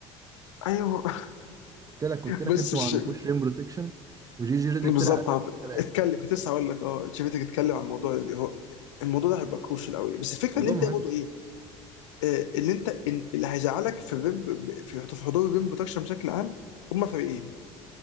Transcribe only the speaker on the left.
ايوه <laughs>
بس
مش
بالظبط
عارف.
اتكلم كنت لسه هقول لك اه شفتك اتكلم عن الموضوع اللي هو الموضوع ده هيبقى كروشال قوي بس الفكره
اللي انت
برضه ايه آه، اللي انت إن- اللي هيزعلك في الريم في في حضور الريم بروتكشن بشكل عام هم فريقين